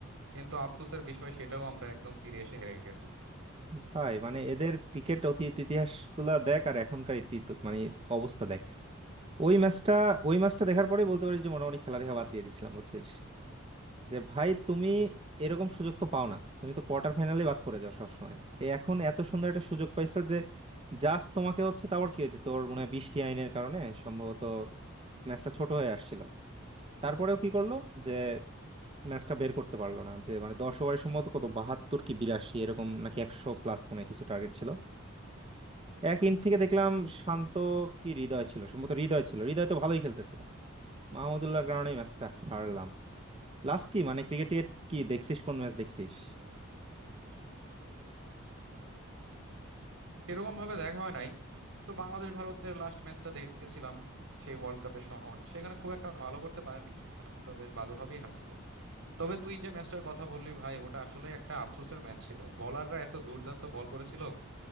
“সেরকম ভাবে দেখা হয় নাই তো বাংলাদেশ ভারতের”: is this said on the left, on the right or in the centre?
Right